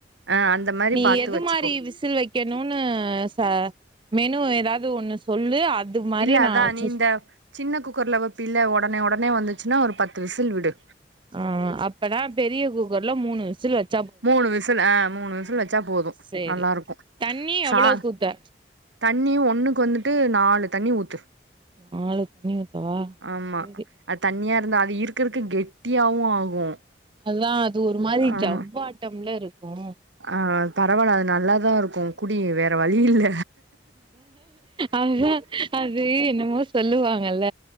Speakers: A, on the right; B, on the right.
A: ஆ அந்த மாரி
B: நீ
A: பாத்து
B: எது
A: வச்சுக்கோ
B: மாரி விஸ் சில் வைக்கணுன்னு சா மெனு எதாவது ஒன்னு சொல்லு அத் அது மாரி
A: இல்ல
B: நா
A: அதா
B: அச்ச
A: நீ இந்த சின்ன குக்கர்ல வப்பீல ஒடனே ஒடனே வந்துச்சுன்னா ஒரு பத்து விசில் விடு
B: ஆ அப்பனா பெரிய குக்கர்ல மூணு விசில் வச்
A: மூணு விசில் ஆ மூணு விசல் வச்சா போது
B: சேரி
A: நல்லா இருக்கு
B: தண்ணி
A: சா
B: எவ்ளோக்கு ஊத்த
A: தண்ணியு ஒன்னுக்கு வந்துட்டு நாலு தண்ணி ஊத்து
B: நாலு தண்ணி ஊத்தவா
A: ஆமா
B: சேரி
A: அது தண்ணியா இருந்தா அது இருக்க இருக்க கெட்டியாவு ஆகு
B: அதா அது ஒரு மாரி
A: ஆமா
B: ஜவ்வாட்டம்ல இருக்கு
A: ஆ பரவால்ல அது நல்லாதா இருக்கு குடி வேற வழி இல்ல
B: அதா அது என்னமோ சொல்லுவாங்கல